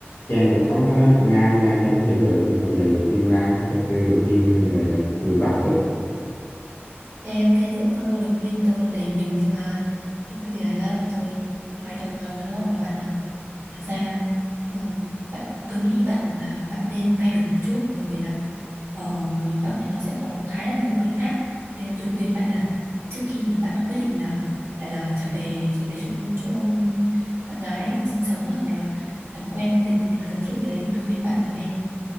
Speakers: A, on the left (about 65°); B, on the right (about 70°).
A: Trang cũng sống ở trong Nam, Nam Trang cũng hiểu được, nhưng mà giờ lần đầu tiên ra cho kêu lời khuyên về người Bắc chút.
B: ok ok dễ thôi lời khuyên tôi là đầy mình nhưng mà cái từ này đó thì tôi ngoài tập nói ngắn gọn là bạn là thực ra ờ, bạn tôi nghĩ bạn là bạn nên thay đổi một chút bởi vì là ở người miền Bắc thì nó sẽ có khá là nhiều cây khác nên là tôi khuyên bạn là trước khi là bạn quyết định là là, là trở về trở về chỗ chỗ um, bạn gái mà sinh sống hoặc là làm quen gia tình hoặc là giới thiệu gì đấy tôi khuyên bạn là nên